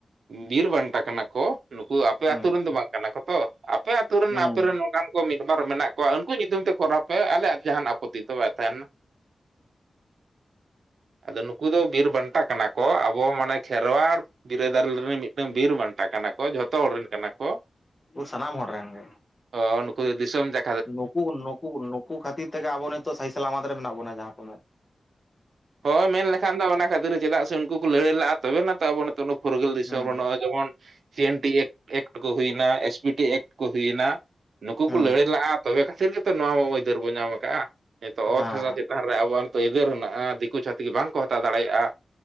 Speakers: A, on the right; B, on the left.
A: ᱵᱤᱨ ᱵᱟᱱᱴᱟ ᱠᱟᱱᱟ ᱠᱚ ᱾ ᱱᱩᱠᱩ ᱟᱯᱮ
B: ᱦᱩᱸ
A: ᱟᱛᱩ ᱨᱮᱱ ᱫᱚ ᱵᱟᱝ ᱠᱟᱱᱟ ᱠᱚ ᱛᱚ ᱟᱯᱮ ᱟᱛᱩ ᱨᱮᱱ
B: ᱦᱩᱸ
A: ᱟᱯᱮ ᱨᱮᱱ ᱱᱚᱝᱠᱟᱱ ᱢᱤᱫ ᱵᱟᱨ ᱢᱮᱱᱟᱜ ᱠᱚᱣᱟ ᱾ ᱩᱱᱠᱩ ᱧᱩᱛᱩᱢ ᱛᱮ ᱠᱚᱨᱟ ᱦᱟᱭ ᱟᱞᱮᱭᱟᱜ ᱡᱟᱦᱟᱱ ᱟᱯᱚᱛᱤ ᱫᱚ ᱵᱟᱭ ᱛᱟᱦᱮᱱᱟ ᱾ ᱟᱫᱚ ᱱᱩᱠᱩ ᱫᱚ ᱵᱤᱨ ᱵᱟᱱᱴᱟ ᱠᱟᱱᱟ ᱠᱚ ᱾ ᱠᱚ ᱟᱵᱚ ᱢᱟᱱᱮ ᱠᱷᱮᱨᱣᱟᱲ ᱵᱤᱨᱟᱹᱫᱟᱨ ᱨᱤᱱ ᱢᱤᱫᱴᱟᱝ ᱵᱤᱨ ᱵᱟᱱᱴᱟ ᱠᱟᱱᱟ ᱠᱚ, ᱡᱷᱚᱛᱚ ᱦᱚᱲ ᱨᱮᱱ ᱠᱟᱱᱟ ᱠᱚ ᱾
B: ᱟᱵᱚ ᱥᱟᱱᱟᱢ ᱦᱚᱲ ᱨᱮᱱ ᱜᱮ,
A: ᱚ ᱱᱩᱠᱩ ᱫᱤᱥᱚᱢ ᱡᱟ
B: ᱱᱩᱠᱩ ᱱᱩ ᱱᱩᱠᱩ ᱠᱷᱟᱹᱛᱤᱨ ᱛᱮᱜᱮ ᱟᱵᱚ ᱱᱤᱛᱚᱜ ᱥᱟᱭ ᱥᱟᱞᱟᱢᱟᱛ ᱨᱮ ᱢᱮᱱᱟᱜ ᱵᱚᱱᱟ ᱾ ᱡᱟᱦᱟᱸ ᱠᱚ ᱢᱮ
A: ᱦᱳᱭ ᱢᱮᱱ ᱞᱮᱠᱷᱟᱱ ᱫᱚ ᱚᱱᱟ ᱠᱷᱟᱹᱛᱤᱨ ᱪᱮᱫᱟᱜ ᱥᱮ ᱩᱱᱠᱩ ᱠᱚ ᱞᱟᱹᱲᱦᱟᱹᱭ ᱞᱟᱜᱼᱟ ᱾ ᱛᱚᱵᱮ ᱱᱟᱛᱚ ᱟᱵᱚ ᱱᱤᱛᱚᱜ ᱯᱷᱩᱨᱜᱟᱹᱞ ᱫᱤᱥᱚᱢ
B: ᱦᱩᱸ
A: ᱵᱟᱹᱱᱚᱜᱼᱟ ᱡᱮᱢᱚᱱ ᱥᱤ ᱮᱱ ᱴᱤ ᱮ ᱮᱠᱴ ᱠᱚ ᱦᱩᱭᱮᱱᱟ ᱾ ᱮᱥ ᱯᱤ ᱴᱤ ᱮᱠᱴ ᱠᱚ ᱦᱩᱭᱱᱟ ᱾ ᱱᱩᱠᱩ
B: ᱦᱩᱸ
A: ᱠᱚ ᱞᱟᱹᱲᱦᱟᱹᱭ ᱞᱮᱜᱼᱟ ᱛᱚᱵᱮ ᱠᱷᱟᱹᱛᱤᱨ ᱜᱮᱛᱚ ᱱᱚᱣᱟ ᱢᱟ ᱟᱹᱭᱫᱟᱹᱨ ᱵᱚᱱ ᱧᱟᱢ ᱠᱟᱜᱼᱟ ᱾ ᱱᱤᱛᱚᱜ
B: ᱦᱮᱸ
A: ᱚᱛ ᱦᱟᱥᱟ
B: ᱦᱮᱸ
A: ᱰᱟᱦᱟᱨ ᱨᱮ ᱟᱵᱚᱣᱟᱜ ᱱᱤᱛᱚᱜ ᱮᱭᱫᱮᱨ ᱦᱮᱱᱟᱜᱼᱟ ᱫᱤᱠᱩ ᱪᱷᱟᱹᱛᱤᱠ ᱵᱟᱝᱠᱚ ᱦᱟᱛᱟᱣ ᱫᱟᱲᱮᱭᱟᱜᱼᱟ᱾